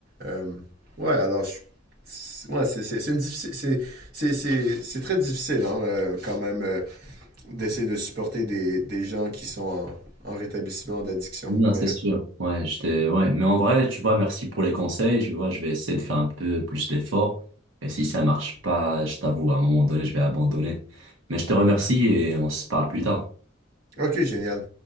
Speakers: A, on the right; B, on the right.
A: Euh, ouais, alors, je- c'est- ouais, c'est c'est- c'est une diffi- c'est- c'est- c'est- c'est très difficile hein, euh, quand même euh, d'essayer de supporter des, des gens qui sont en, en rétablissement d'addiction.
B: Non,
A: Mais,
B: c'est sûr. Ouais, j'étais, ouais. Mais en vrai, tu vois, merci pour les conseils. Je vois, je vais essayer de faire un peu plus d'efforts. Et si ça marche pas, je t'avoue, à un moment donné, je vais abandonner. Mais je te remercie et on se parle plus tard.
A: ok, génial.